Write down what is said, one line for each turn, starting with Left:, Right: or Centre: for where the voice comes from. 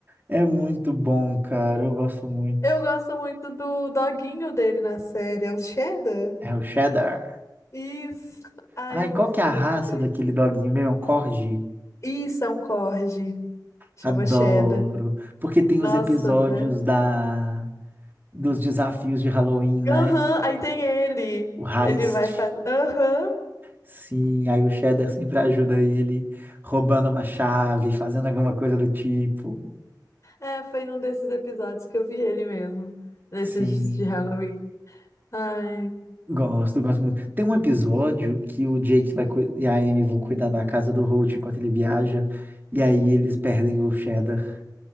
Right: é muito bom, cara. Eu gosto muito.
Left: Eu gosto muito do doguinho dele na série, é o Cheddar?
Right: É o cheddar.
Left: Isso. Ai,
Right: Ai,
Left: é fofinho
Right: qual que é a raça
Left: também.
Right: daquele doguinho mesmo? É um Corgi?
Left: Isso, é um corgi. Chama
Right: Adoro.
Left: Cheddar.
Right: Porque tem
Left: Nossa,
Right: os episódios
Left: né?
Right: da dos desafios de Halloween, né?
Left: Aham, aí tem ele.
Right: O heist.
Left: Ele vai fazer. Aham.
Right: Sim, aí o cheddar sempre ajuda ele, roubando uma chave, fazendo alguma coisa do tipo.
Left: É, foi num desses episódios que eu vi ele mesmo. Nesses
Right: Sim.
Left: de Halloween. Ai.
Right: Gosto, gosto muito. Tem um episódio que o Jake vai cu- e a Amy vão cuidar da casa do Holt enquanto ele viaja, e aí eles perdem o Cheddar.